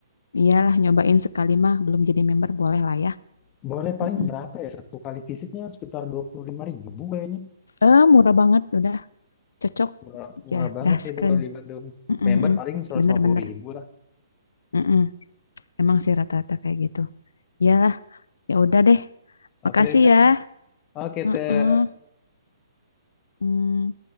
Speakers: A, on the left; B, on the left.
A: Iyalah nyobain sekali mah belum jadi member boleh lah ya.
B: Boleh paling
A: Mm-mm.
B: berapa ya? Satu kali visitnya sekitar dua puluh lima ribu kayaknya.
A: Eh murah banget udah cocok
B: Murah, murah
A: ya
B: banget
A: gaskeun.
B: sih itu kalau di Bandung.
A: Mm-mm,
B: Member
A: mm-mm.
B: paling seratus
A: Bener-bener.
B: lima puluh ribu lah.
A: Mm-mm. Emang sih rata-rata kayak gitu. Iyalah ya udah deh.
B: Oke
A: Makasih
B: deh, Teh.
A: ya.
B: Oke,
A: Heeh.
B: Teh.
A: Mm.